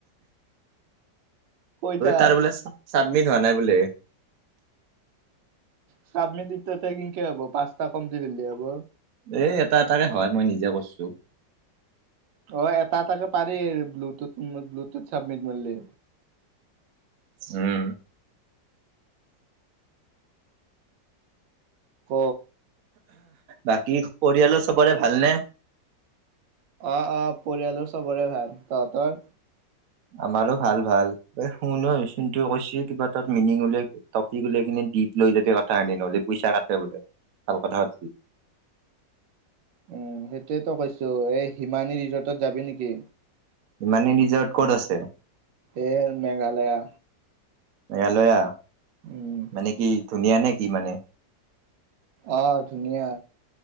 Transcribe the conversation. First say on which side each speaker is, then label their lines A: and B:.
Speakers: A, on the right; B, on the right.
A: কৈ থাক।
B: তাৰ বোলে চাব চাবমিট হোৱা নাই বোলে।
A: চাবমিত এতিয়া তাৰ কিনকে হ'ব পাঁচটা কমপ্লিট হলে হব।
B: এ এটা এটাকে হয় মই নিজে কইছো।
A: অ এটা এটাকে পাৰি ব্লুুটুট ব্লুটুথ চাবমিট মাৰিলে।
B: উম।
A: ক
B: বাকী পৰিয়ালৰ চবৰে ভালনে?
A: অ অ পৰিয়ালৰ চবৰে ভাল, তহঁতৰ?
B: আমাৰো ভাল ভাল, এ শুন এই চিনটোৱে কৈছ কিবা তাত মিনিং উলিয়াই টপিক উলিয়াই কিনে দীপ লৈ যাবি কথা আনে নহ'লে পইচা কাটে বোলে ভাল কথা পাটবি।
A: উম সেইটোয়েতো কৈছো এই হিমানী ৰিজৰ্টত যাবি নেকি?
B: হিমানী ৰিজৰট ক'ত আছে?
A: এই মেঘালয়া।
B: মেঘালয়া,
A: উম,
B: মানে কি ধুনীয়া নে কি মানে?
A: অ ধুনীয়া।